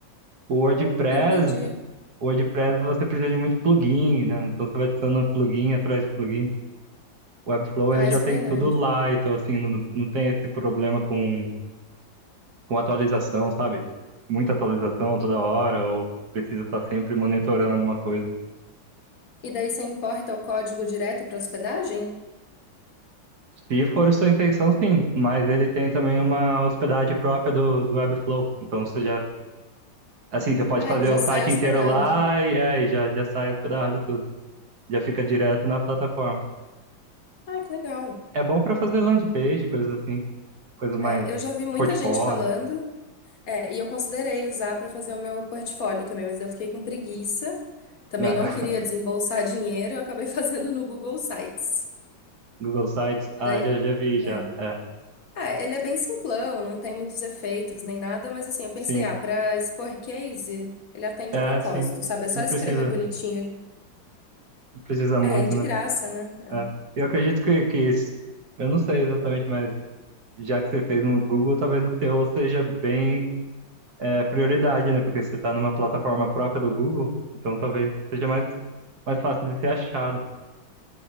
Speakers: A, on the right; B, on the left.
A: O WordPress
B: Ah, entendi.
A: O WordPress você precisa de muito plugin, né? Então você vai adicionando plugin atrás de plugin. O Webflow
B: Ah,
A: ele já
B: isso
A: tem
B: é verdade.
A: tudo lá, então assim, não, não tem esse problema com, com atualização, sabe? Muita atualização toda
B: E
A: hora, ou precisa estar sempre monitorando alguma coisa.
B: e daí você importa o código direto para hospedagem?
A: Se for sua intenção, sim, mas ele tem também uma hospedagem própria do, do Webflow. Então você já, assim, você pode
B: Ah,
A: fazer
B: ele já
A: o
B: sai
A: site
B: hospedado.
A: inteiro lá e aí já, já sai hospedado tudo. Já fica direto na plataforma.
B: Ah, que legal.
A: É bom para fazer landing page, coisas assim. coisas mais
B: É, eu já vi muita
A: portfólio,
B: gente falando. É, e eu considerei usar para fazer o meu portfólio também, mas eu fiquei com preguiça. Também
A: né?
B: não
A: <laughs>
B: queria desembolsar <laughs> dinheiro, eu acabei <laughs> fazendo no Google Sites.
A: Google Sites. Ah,
B: Daí,
A: já, já vi, já.
B: né?
A: É,
B: Ah, ele é bem simplão, não tem muitos efeitos nem nada, mas assim, eu pensei,
A: sim.
B: ah, para expor case, ele atende
A: É,
B: o propósito,
A: sim.
B: sabe? É só
A: Não
B: escrever
A: precisa,
B: bonitinho.
A: não precisa
B: É,
A: muito,
B: e de
A: né?
B: graça, né? É.
A: É. Eu acredito que, que esse- eu não sei exatamente, mas já que você fez no Google, talvez o seu seja bem é, prioridade, né? Porque você está numa plataforma própria do Google, então talvez seja mais, mais fácil de ser achado.